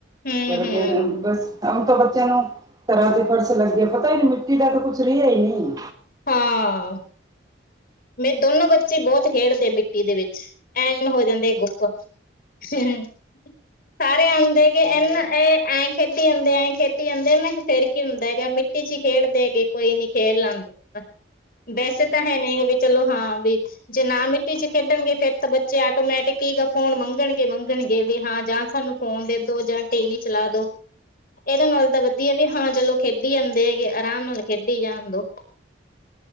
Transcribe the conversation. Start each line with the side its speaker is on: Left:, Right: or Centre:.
Left: ਹੂੰ
Right: ਪਰ,
Left: ਹੂੰ
Right: ਬਸ ਹੁਣ ਤਾਂ ਬੱਚਿਆਂ ਨੂੰ ਤਰ੍ਹਾਂ ਦੇ ਫਰਸ ਲੱਗੇ, ਪਤਾ ਹੀ ਮਿੱਟੀ ਦਾ ਤਾਂ ਕੁਛ ਰਿਹਾ ਹੀ ਨਹੀਂ।
Left: ਹਾਂ। ਮੇ ਦੋਨੋ ਬੱਚੇ ਬਹੁਤ ਖੇਡਦੇ ਮਿੱਟੀ ਦੇ ਵਿੱਚ, ਐਨ ਹੋ ਜਾਂਦੇ ਗੁੱਪ। ਹ ਸਾਰੇ ਹੁੰਦੇ
Right: ਸਹੀ
Left: ਗ, ਇਹਨਾਂ
Right: ਹੈ
Left: ਇਹ ਐਂ ਖੇਡੀ ਜਾਂਦੇ, ਐਏਂ ਖੇਡੀ ਜਾਂਦੇ, ਮੈਂ ਕਿਹਾ ਫੇਰ ਕੀ ਹੁੰਦਾ ਹੈਗਾ ਮਿੱਟੀ 'ਚ ਹੀ ਖੇਡਦੇਗੇ, ਕੋਈ ਨੀ ਖੇਡ ਲੈਂਦੇ।
Right: ਸਹੀ
Left: ਵੈਸੇ ਤਾਂ ਹੈ ਨਹੀਂ ਵੀ ਚਲੋ, ਹਾਂ ਵੀ ਜੇ ਨਾ ਮਿੱਟੀ 'ਚ ਖੇਡਣਗੇ, ਫਿਰ ਤਾਂ ਬੱਚੇ ਆਟੋਮੈਟਿਕੀ ਫੋਨ ਮੰਗਣਗੇ, ਮੰਗਣਗੇ ਵੀ ਹਾਂ ਜਾਂ ਸਾਨੂੰ ਫੋਨ ਦੇ ਦੋ ਜਾਂ ਟੀ ਵੀ ਚਲਾ ਦੋ, ਇਹਦੇ ਨਾਲ ਤਾਂ ਵਧੀਆ ਵੀ ਹਾਂ ਚਲੋ ਖੇਡ ਖੇਡੀ ਆਂਦੇ ਹੈਗੇ, ਆਰਾਮ ਨਾਲ ਖੇਡੀ ਜਾਣ ਦੋ।